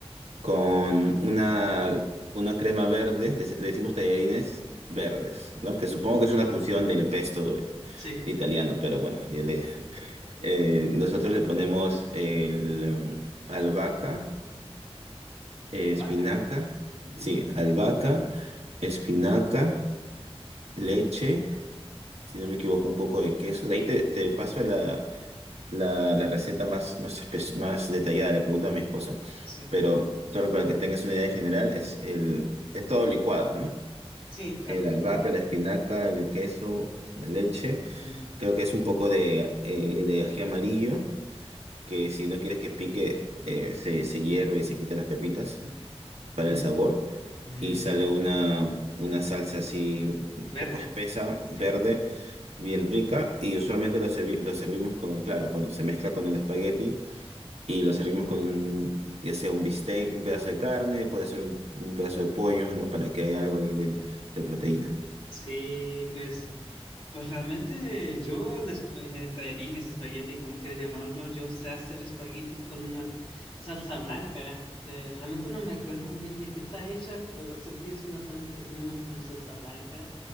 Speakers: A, on the right (about 80°); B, on the left (about 60°).
A: con una, una crema verde, le, le decimos tallarines verdes, ¿no? Que supongo que es una fusión del pesto
B: sí.
A: italiano, pero bueno, ya le, eh, nosotros le ponemos el um, albahaca, eh,
B: Albahaca.
A: espinaca,
B: Mm,
A: sí, albahaca, espinaca, leche, si no me equivoco, un poco de queso. De ahí te, te paso la, la, la receta más, más, espe- más detallada, le pregunto a mi esposa.
B: Sí,
A: pero solo para que tengas una idea en general, es, el, es todo licuado, ¿no?
B: sí, claro.
A: el albahaca, la espinaca, el queso, la leche,
B: mm,
A: creo que es un poco de, eh, de ají amarillo, que si no quieres que pique, eh, se, se hierve y se quita las pepitas
B: <laughs>
A: para
B: mm,
A: el sabor,
B: mm,
A: y sale una, una salsa
B: mm.
A: así un
B: Verde.
A: poco espesa,
B: Sí.
A: verde bien rica y usualmente lo, servi- lo servimos con, claro, bueno, se mezcla con el espagueti y lo servimos con un, ya sea un bistec, un pedazo de carne, puede ser un, un pedazo de pollo, ¿no? Para que haya algo ahí de, de proteína.
B: Sí, pues, pues realmente yo de eh, tallarines, espagueti, como quieras llamarlo, yo sé hacer espaguetis con una salsa blanca. Eh, realmente no me acuerdo muy bien de qué está hecha, pero sé que es una salsa que se llama como salsa blanca.